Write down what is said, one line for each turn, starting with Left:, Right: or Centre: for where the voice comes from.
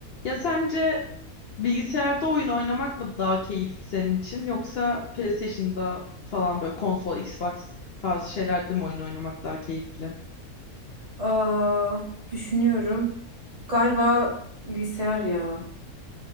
Left: Ya sence bilgisayarda oyun oynamak mı daha keyifli senin için yoksa PlayStation'da falan böyle konsol, Xbox tarzı şeylerde mi oyun oynamak daha keyifli?
Right: Aa, düşünüyorum. Galiba bilgisayar ya.